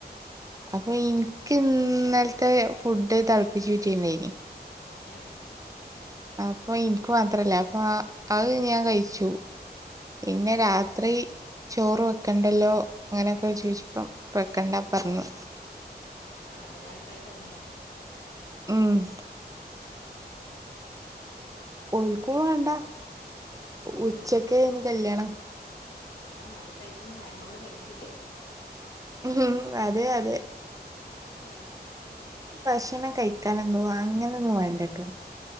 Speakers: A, on the right; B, on the left.
A: അപ്പോ എനിക്ക് ഇന്നലത്തെ ഫുഡ് തിളപ്പിച്ചൂറ്റിണ്ടായിന്ന്
B: ആ
A: അപ്പോ എനിക്ക് മാത്രല്ലേ അപ്പോ അത് ഞാൻ കഴിച്ചു പിന്നെ
B: ആ
A: രാത്രി ചോറ് വെക്കണ്ടല്ലോ അങ്ങനെയെ ക്കെ ചോദിച്ചപ്പം വെക്കണ്ട പറഞ്ഞു
B: ആ ഒരാൾക്കായിട്ട് എന്തിനാ
A: മം ഓൾക്കും വേണ്ട
B: ഉം
A: ഉച്ചക്കായിന്ന് കല്യാണം
B: ആ അത് കഴിച്ചെന്റെ ഹാങ് ഓവർ കഴിഞ്ഞിട്ടില്ല
A: ഹും അതെ അതെ
B: ആ
A: ഭക്ഷണം കഴിക്കാനൊന്നും അങ്ങനൊന്നും വേണ്ടട്ടോ